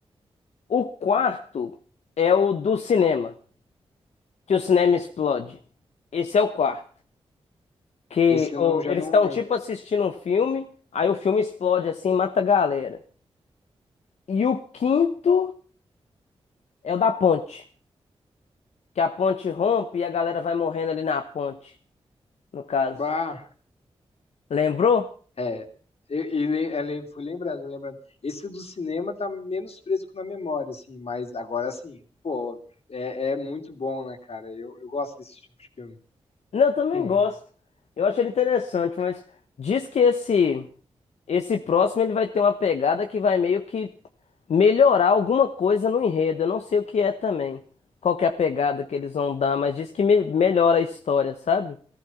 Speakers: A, on the left; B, on the left.
A: O quarto é o do cinema, que o cinema explode. Esse é o quarto. Que
B: Esse eu
A: ô,
B: não, já
A: eles
B: não
A: estão
B: lembro.
A: tipo assistindo um filme, aí o filme explode assim, mata a galera. E o quinto é o da ponte, que a ponte rompe e a galera vai morrendo ali na ponte, no caso.
B: Bah.
A: Lembrou?
B: É, eu, eu le- eu lem- fui lembrando, lembrando. Esse do cinema tá menos fresco na memória, assim, mas agora sim, pô, é, é muito bom, né, cara? Eu, eu gosto desse tipo de filme.
A: Não, eu também
B: Hum.
A: gosto. Eu acho ele interessante, mas diz que esse esse próximo ele vai ter uma pegada que vai meio que melhorar alguma coisa no enredo. Eu não sei o que é também. Qual que é a pegada que eles vão dar, mas diz que me- melhora a história, sabe?